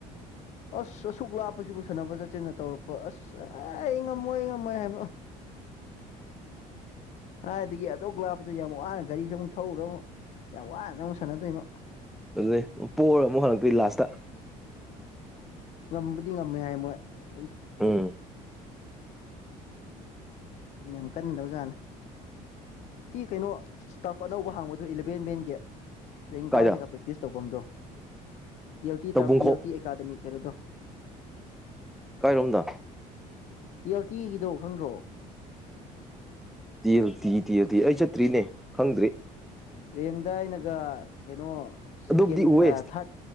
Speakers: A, on the left; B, in the centre.
A: ꯑꯁ ꯑꯁꯨꯛ ꯂꯥꯞꯄꯁꯤꯕꯨ ꯁꯥꯟꯅꯕ ꯆꯠꯆꯦꯟꯅ ꯇꯧꯔꯛꯄ ꯑꯁ ꯑꯦ ꯑꯩ ꯉꯝꯃꯣꯏ ꯑꯩ ꯉꯝꯃꯣꯏ ꯍꯥꯏꯕꯣ
B: ꯎ
A: ꯍꯥꯏꯗꯒꯤ ꯑꯗꯧ ꯂꯥꯞꯄꯗ ꯌꯥꯝ ꯋꯥꯅ ꯒꯥꯔꯤꯁꯨ ꯑꯃꯨꯛ ꯊꯧꯎꯔ ꯑꯃꯨꯛ ꯌꯥꯝ ꯋꯥꯅ ꯑꯃꯨꯛ ꯁꯥꯟꯅꯗꯣꯏꯃ
B: ꯑꯗꯨꯗꯩ ꯄꯣꯔ ꯑꯃꯨꯛ ꯍꯜꯂꯛꯇꯣꯏ ꯂꯥꯁꯇ
A: ꯉꯕꯨꯗꯤ ꯉꯝꯃꯦ ꯍꯥꯏ ꯃꯣꯏ ꯑꯩ
B: ꯎꯝ
A: ꯌꯥꯝ ꯀꯅꯤꯗꯕꯖꯥꯂ ꯁꯤ ꯀꯩꯅꯣ ꯇꯔꯐ ꯑꯅꯧꯕ ꯍꯥꯡꯕꯗꯣ ꯏꯂꯚꯦꯟꯚꯦꯟꯒꯤ ꯄꯦꯡꯡꯗꯥꯏꯅꯒ
B: ꯀꯥꯏꯗ
A: ꯄ꯭ꯔꯦꯛꯇꯤꯁ ꯇꯧꯐꯝꯗꯣ ꯇꯤ ꯑꯦꯜ ꯇꯤ
B: ꯇꯧꯕꯨꯡꯈꯣꯛ
A: ꯇ ꯇꯤ ꯑꯦꯜ ꯇꯤ ꯑꯦꯀꯥꯗꯃꯤ ꯀꯩꯅꯣꯗꯣ
B: ꯀꯥꯏꯔꯣꯝꯗ
A: ꯇꯤ ꯑꯦꯜ ꯇꯤꯒꯤꯗꯣ ꯈꯪꯈ꯭ꯔꯣ
B: ꯇꯤ ꯍꯇꯤ ꯇꯦꯍꯨꯇꯤ ꯑꯩ ꯆꯠꯇ꯭ꯔꯤꯅꯦ ꯈꯪꯗ꯭ꯔꯤ
A: ꯔꯦꯡꯗ ꯑꯩꯅꯒ ꯀꯩꯅꯣ
B: ꯑꯗꯨꯕꯨꯗꯤ
A: ꯁꯦꯀꯦꯟ
B: ꯎꯋꯦ
A: ꯊꯥꯔꯠ